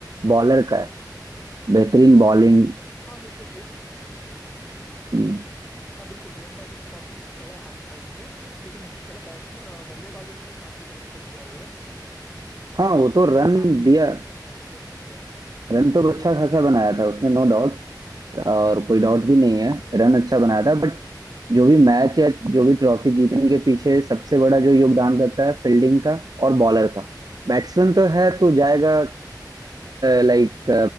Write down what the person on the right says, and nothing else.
बॉलर का है बेहतरीन बॉलिंग
हम्म,
हाँ
वो
तो रन
दिया
रन तो
अच्छा
खासा बनाया था उसमें नो डाउट्स और कोई डाउट भी नहीं है रन अच्छा बनाया था बट जो भी मैच या जो भी ट्रॉफी जीतने के पीछे सबसे बड़ा जो योगदान रहता है फील्डिंग का और बॉलर का बैट्समैन तो है तो जाएगा लाइक